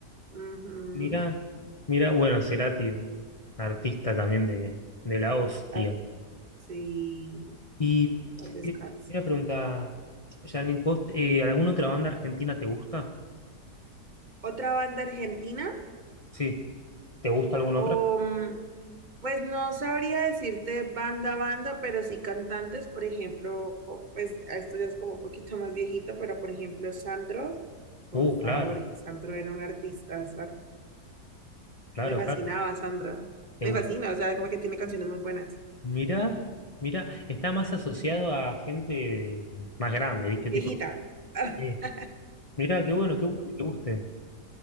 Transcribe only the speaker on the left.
Mirá, mirá, bueno, Cerati, un artista también de, de la hostia.
Y,
y una pregunta, Janine, ¿vos, eh, alguna otra banda argentina te gusta?
Sí. ¿Te gusta alguna
otra?
Uh,
claro,
claro,
claro.
¿Te
gusta?
Mira, mira, está más asociado a gente más grande, ¿viste?
Tipo,
sí. Mira, qué bueno, qué bueno que te guste.